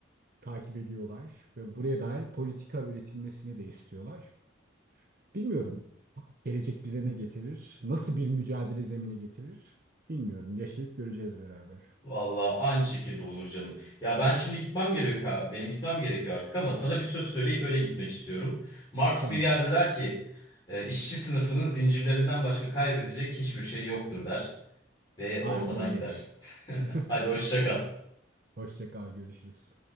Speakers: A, on the right (about 50°); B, on the left (about 20°).
A: takip ediyorlar ve buraya dair politika üretilmesini de istiyorlar. Bilmiyorum. Gelecek bize ne getirir? Nasıl bir mücadele zemini getirir? Bilmiyorum. Yaşayıp göreceğiz beraber.
B: Vallahi aynı şekilde Onur canım. Ya ben şimdi gitmem gerekiyor ha. Benim gitmem gerekiyor artık ama sana bir söz söyleyip öyle gitmek istiyorum. Marx
A: Tamamdır.
B: bir yerde der ki "E, işçi sınıfının zincirlerinden başka kaybedecek hiçbir şey yoktur der ve
A: Aynen
B: ortadan
A: öyle.
B: gider. <laughs>
A: <laughs>
B: Hadi hoşça kal.
A: Hoşça kal, görüşürüz.